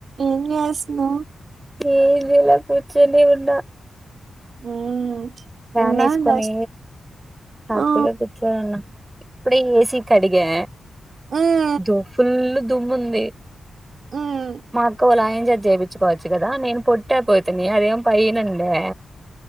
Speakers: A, on the right; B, on the right.
A: ఏం చేస్తున్నావ్
B: ఏం చేయాల కూర్చొని ఉన్నా
A: మ్మ్
B: ఫ్యాన్
A: నిన్న
B: వేసుకొని హ్యాపీగా
A: ఆ
B: కూర్చొని ఇప్పుడే ఏసీ కడిగా
A: మ్మ్
B: దో ఫుల్ దుమ్ము ఉంది
A: హ్మ్
B: మా అక్క వాళ్ళ ఆయన చేత చేపిత్తు కోవచ్చు కదా నేను పొట్టి అయిపోతిని అదేం పైన ఉండే